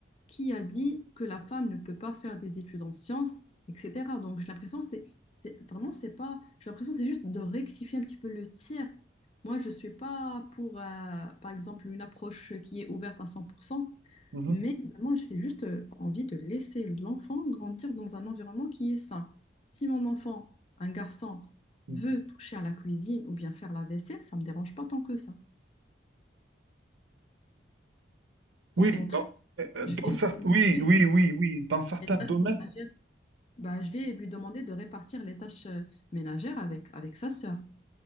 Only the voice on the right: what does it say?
mhm,
mhm.
Oui,
dans, euh, euh,
dans
cer-
oui, oui, oui, oui, dans certains
domaines,